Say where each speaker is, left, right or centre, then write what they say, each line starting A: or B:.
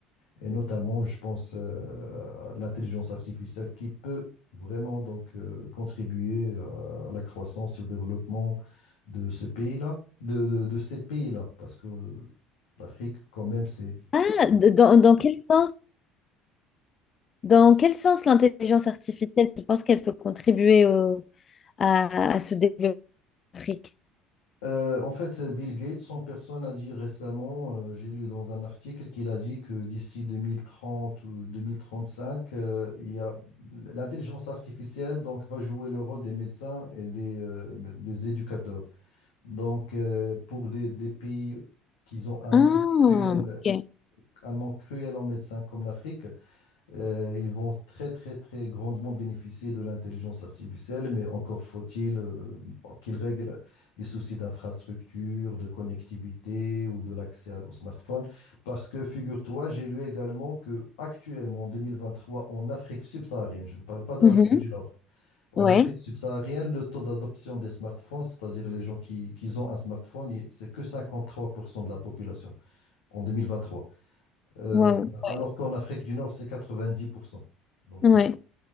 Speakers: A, on the left (about 70°); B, on the left (about 35°).
A: et notamment, je pense, euh, à l'intelligence artificielle qui peut vraiment donc euh, contribuer euh, à la croissance et au développement de ce pays-là, de, de- de ces pays-là, parce que euh, l'Afrique, quand même, c'est...
B: Ah, de- dans, dans quel sens, dans quel sens l'intelligence artificielle, tu penses qu'elle peut contribuer au- à, à ce développement? Afrique.
A: Euh, en fait, Bill Gates, son personne a dit récemment, euh, j'ai lu dans un article qu'il a dit que d'ici 2030 ou 2035, euh, il y a l'intelligence artificielle donc va jouer le rôle des médecins et des, euh, des éducateurs. Donc, euh, pour des, des pays qui ont un
B: Ah,
A: manque cruel,
B: ok.
A: un manque cruel en médecins comme l'Afrique, euh, ils vont très, très, très grandement bénéficier de l'intelligence artificielle, mais encore faut-il euh, qu'ils règlent les soucis d'infrastructure, de connectivité ou de l'accès au smartphone. Parce que, figure-toi, j'ai lu également que actuellement, en 2023, en Afrique subsaharienne, je ne parle pas de
B: Mhm.
A: l'Afrique du Nord, en
B: Ouais,
A: Afrique subsaharienne, le taux d'adoption des smartphones, c'est-à-dire les gens qui, qui ont un smartphone, il- c'est que 53% de la population en 2023. Euh,
B: waouh.
A: alors qu'en Afrique du Nord, c'est 90%. Donc,
B: Ouais.
A: euh,